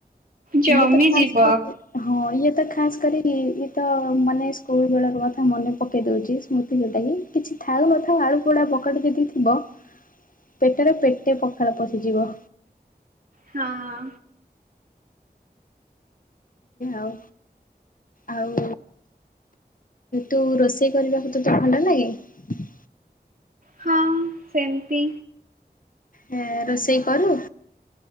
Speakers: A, on the right; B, on the left.
A: ଜମି
B: ଇଏ ତ ଖାସ
A: ଯିବ।
B: କରି ହଁ ଇଏ ତ ଖାସ କରି ତ ମାନେ ସ୍କୁଲ ବେଳର କଥା ମନେ ପକାଇ ଦେଉଛି ସ୍ମୃତି ଯେଉଁଟାକି କି ଥାଉ ନଥାଉ ଆଳୁ ପୋଡ଼ ପକଟେ ଯଦି ଥିବ। ପେଟରେ ପେଟେ ପଖରେ ପଶିଯିବ।
A: ହଁ
B: ଆଉ ଆଉ ତୁ ରୋଷେଇ କରିବାକୁ ତ ତ ଭଣ୍ଡ ଲାଗେ।
A: ହଁ ସେମତି।
B: ହଁ ରୋଷେଇ କରୁ